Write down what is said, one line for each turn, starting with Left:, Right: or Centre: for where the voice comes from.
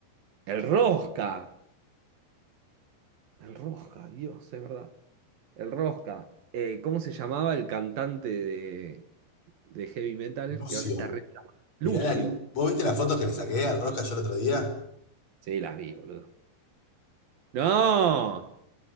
Right: El Rosca. El Rosca, Dios, es verdad. El Rosca. Eh, ¿cómo se llamaba el cantante de, de heavy metal
Left: Lucio.
Right: que ahora está re... llamado? Lucio.
Left: Mirá la lu- ¿Vos viste las fotos que le saqué al Rosca yo el otro día?
Right: Sí, las vi, boludo. ¡No!